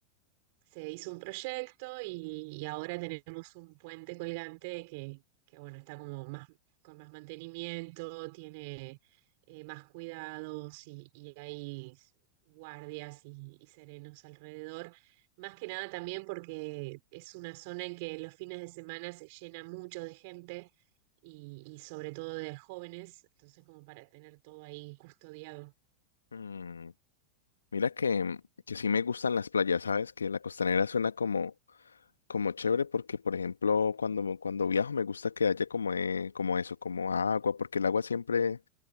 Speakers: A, on the right; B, on the left.
A: se hizo un proyecto y, y ahora tenemos un puente colgante que, que, bueno, está como más, con más mantenimiento, tiene eh, más cuidados y, y hay guardias y, y serenos alrededor. Más que nada también porque es una zona en que los fines de semana se llena mucho de gente y, y sobre todo de jóvenes, entonces como para tener todo ahí custodiado.
B: Mm, mira que, que sí me gustan las playas, ¿sabes? Que la costanera suena como, como chévere porque, por ejemplo, cuando, me- cuando viajo me gusta que haya como, eh, como eso, como agua, porque el agua siempre